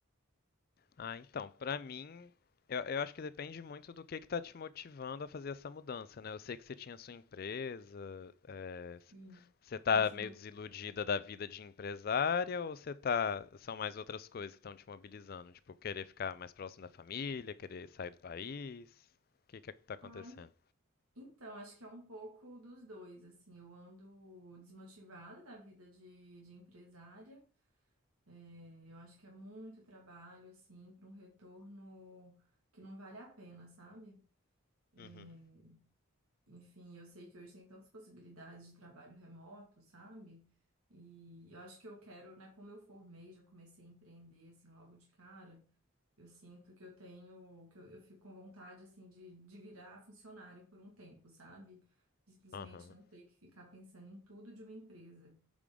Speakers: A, on the left; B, on the right.
A: Ah, então, pra mim, eu, eu acho que depende muito do que que tá te motivando a fazer essa mudança, né? Eu sei que você tinha sua empresa, é, c-
B: Sim,
A: você tá
B: continuo.
A: meio desiludida da vida de empresária ou você tá, são mais outras coisas que estão te mobilizando? Tipo, querer ficar mais próximo da família, querer sair do país? O que que é que tá acontecendo?
B: Ah, Então, acho que é um pouco dos dois, assim, eu ando desmotivada da vida de, de empresária, É, eu acho que é muito trabalho, assim, para um retorno que não vale a pena, sabe? É,
A: Uhum.
B: enfim, eu sei que hoje tem tantas possibilidades de trabalho remoto, sabe? E eu acho que eu quero, né, como eu formei, já comecei a empreender, assim, logo de cara, eu sinto que eu tenho, que eu, eu fico com vontade, assim, de, de virar funcionário por um tempo, sabe? De Simplesmente
A: Aham.
B: não ter que ficar pensando em tudo de uma empresa.